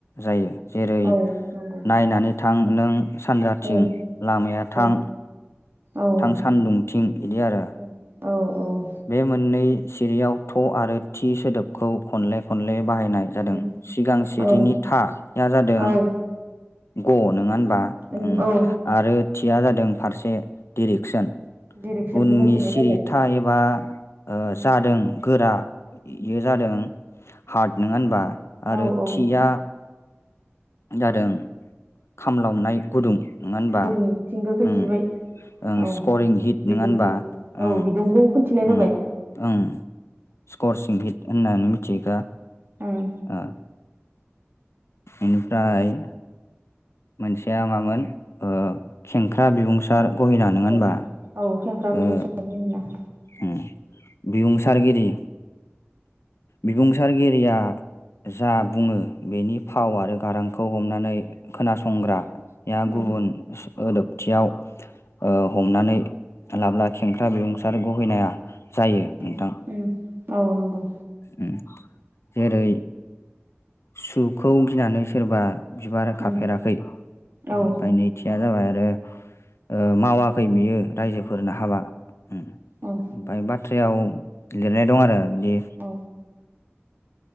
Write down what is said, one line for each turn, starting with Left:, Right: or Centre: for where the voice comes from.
Left: जायो जेरै
Right: औ नंगौ
Left: नायनानै थां नों सानजाथिं
Right: औ
Left: लामाया थां
Right: औ औ
Left: थां सान्दुंथिं बिदि आरो
Right: औ औ ओं
Left: बे मोननै सिरियाव थ' आरो थि सोदोबखौ खनले खनले बाहायनाय जादों
Right: उम
Left: सिगां सिरिनि
Right: औ
Left: थाया जादों
Right: औ
Left: ग नंङा होनबा
Right: उम
Left: ओं
Right: औ
Left: आरो थिया जादों फारसे डिरेक्सन।
Right: डिरेक्सनखौ
Left: उननि
Right: खोन्थिनाय
Left: सिरिथा
Right: जाबाय
Left: एबा ओ
Right: उम
Left: जादों गोरा एयो जादों हार्ट नङा होनबा आरो
Right: औ औ
Left: थिया जादों खामलावनाय गुदुं। नंङा होनबा?
Right: गुदुंथिंबो खोन्थिबाय
Left: ओं ओं
Right: औ
Left: स्क'रिं हिट नंङा
Right: बिदुंखौ
Left: होनबा
Right: औ
Left: ओं
Right: बिदुंखौ खोन्थिनाय
Left: ओं
Right: जाबाय
Left: ओं। स्क'र सिंहित होननानै मिथियोखा
Right: उम
Left: ओ इनिफ्राय मोनसेया मामोन ओ खेंख्रा बिबुंसार गहिला नंङा होनबा
Right: औ औ खेंख्रा बिदुं
Left: ओ
Right: सारनाय होना
Left: उम बिबुंसारगिरि बिबुंसारगिरिया जा बुंङो बेनि फाव आरो गारांखौ हमनानै खोनासंग्रा या
Right: उम
Left: गुबुन सोदोबथियाव ओ हमनानै लाब्ला खेंख्रा बिबुंसार गहैनाया जायो नोंथां
Right: उम उम औ नंगौ
Left: उम जेरै सुखौ गिनानै सोरबा बिबारा खाफेराखै
Right: उम औ
Left: ओमफाय नैथिया जाबाय आरो ओ मावाखै बियो रायजोफोरनो हाबा उम ओमफाय
Right: औ
Left: बा बेयाव लिरनाय दं आरो बिदि
Right: औ।